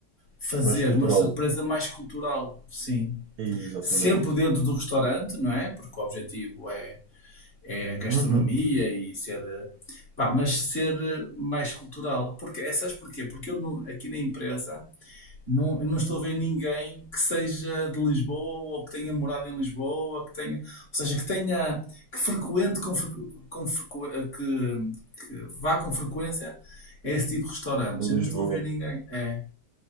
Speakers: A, on the left; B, on the right.
A: fazer
B: mais cultural.
A: uma surpresa mais cultural, sim.
B: Exatamente.
A: Sempre dentro do restaurante, não é? Porque o objetivo é, é a gastronomia
B: Uhum.
A: e ser. eh, Pá, mas ser eh, mais cultural. Porque, eh, sabes porquê? Porque eu no- aqui na empresa não, eu não estou a ver ninguém que seja de Lisboa ou que tenha morado em Lisboa, que tenha, ou seja, que tenha, que frequente com, frequ- com frequ- eh, que, que vá com frequência a esse tipo de restaurantes.
B: A Lisboa.
A: Eu não estou a ver ninguém. É,